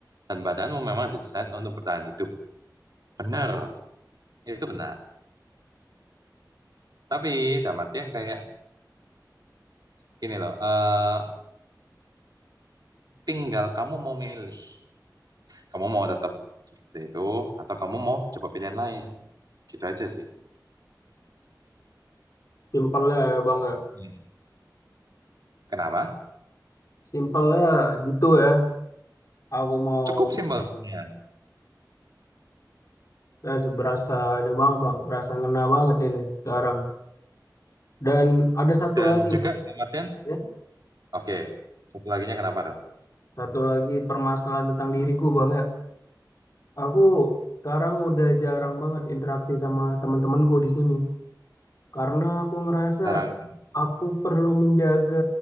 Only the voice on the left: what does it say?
simpelnya ya Bang ya.
Simpelnya gitu ya. Aku mau
Ya, se- berasa ini banget bang, berasa ngena banget ini sekarang. Dan ada satu
lagi,
ya,
satu lagi permasalahan tentang diriku bang ya. Aku sekarang udah jarang banget interaksi sama teman-temanku di sini, karena aku ngerasa
aku perlu menjaga